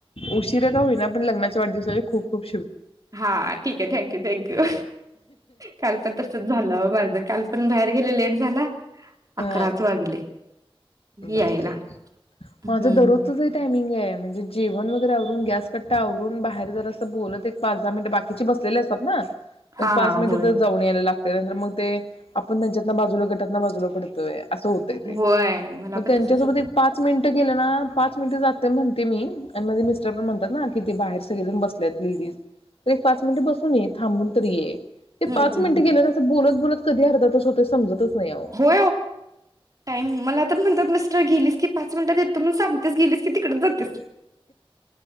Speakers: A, on the left (about 85°); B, on the right (about 40°).
A: उशिर का होईना, पण लग्नाच्या वाढदिवसाच्या खुप खुप
B: हा ठीक आहे. थँक्यू थँक्यू काल पण तसच झालं माझ काल पण बाहेर गेले लेट झाला.
A: हा
B: अकराच वाजले.
A: बापरे!
B: यायला हम्म
A: माझं दररोजच हे टायमिंग आहे म्हणजे जेवण वगैरेवरून, गॅस कट्टा आवरून बाहेर जरासं बोलत एक पाच दहा मिनिट बाकीचे बसलेले असतात ना, मग
B: हा
A: एक पाच
B: हा
A: मिनिट
B: होय
A: जाऊन यायला लागत, त्यानंतर मग ते आपण त्यांच्यात ना बाजूला गटातना बाजूला पडतोय असं होतय ते,
B: होय मला
A: मग
B: पण
A: त्यांच्यासोबत
B: तसच होत
A: एक पाच मिनिटं गेलं ना, पाच मिनिटं जाते म्हणते मी आणि माझे मिस्टरपण म्हणतात ना, कि ते बार सगळेजण बस बसलेत म्हणून ते पाच मिनिट बसतो. थांबून तरी ये ते
B: हम्म
A: पाच
B: हम्
A: मिनिट गेले ना असं बोलत बोलत कधी अर्धा तास होतंय समजतच नाही अहो
B: हो, टाईम मला म्हणतात मिस्टर गेली की पाच मिनटात येतो म्हणून सांगतेस गेलीस की तिकडे जातेस.